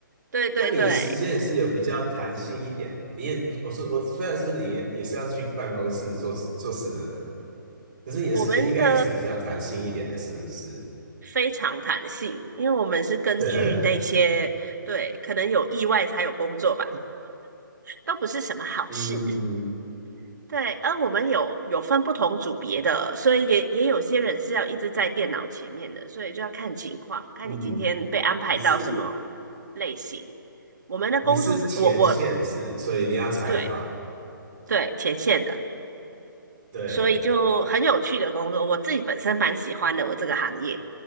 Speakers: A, on the right; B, on the right.
A: 对对对，
B: 那你的时间也是有比较弹性一点。你也我说我虽然是你也是要去办公室做事做事的人，可是你的时间应该也是比较弹性一点，
A: 我们的
B: 是不是？
A: 非常弹性，因为我们是根据那些，
B: 对啊，
A: 对，可能有意外才有工作吧，都不是什么好事。
B: <laughs> 嗯嗯
A: 对，而我们有有分不同组别的，所以也也有些人是要一直在电脑前面的，所以就要看情况，看你今天被安排到什么类型。
B: 嗯，你是
A: 我们的工作是我我
B: 你是前线是，所以你要采访。
A: 对对前线的，
B: 对，
A: 所以就很有趣的工作，我自己本身蛮喜欢的我这个行业，